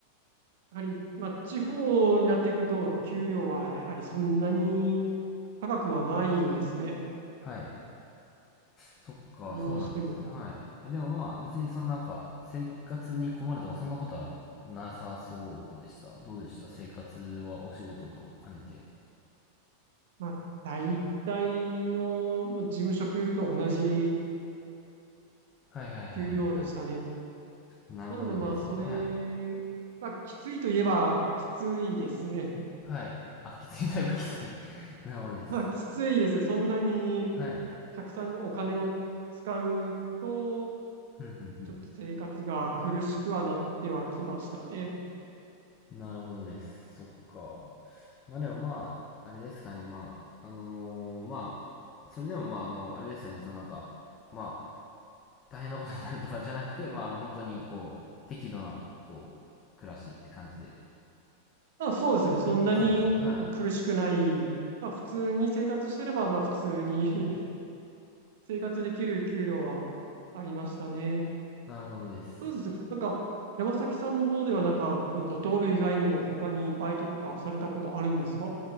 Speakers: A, on the right; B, on the left.
A: やはり、まあ地方になってくると、給料はやはりそんなに高くはないですね。
B: はい。そっか、
A: どうしても、
B: そうなんですね。はい。え、でもまあ別にそのなんか生活に困るとかそんなことはなさそうでした。どうでした生活はお仕事と兼ねて。
A: まあ、大体の、まあ、事務職と同じ
B: はいはいはいはいはい。
A: 給料でしたね。
B: なるほどですね。
A: なので、まあ、それ、
B: はい。
A: まあ、きついといえば、きついですね。
B: はい。あ、きついだいぶきつい。<laughs> なるほどです。
A: <laughs> まあ、きついですね。そんなに、
B: はい。
A: たくさんにお金を使うと、
B: ふんふんふん。
A: ちょっと生活が苦しくはなってはきましたね。
B: なるほどです。そっか。まあでもまあ、あれですかね。まあ、あのーまあ、それでもまあ、あの、あれですよね。そのなんか、まあ、大変なことになるとかじゃなくて、まあ、あの、本当にこう、適度な、こう、暮らしって感じで。
A: まあ、そうですね。そんなに苦しくない。
B: そうですよね。はい。
A: まあ、普通に生活してれば、まあ、普通に <laughs> 生活できる給料はありましたね。
B: なるほどです。
A: そうです。なんか、山崎さんの方では、なんか、そのドトール以外にも他にバイトとかされたことあるんですか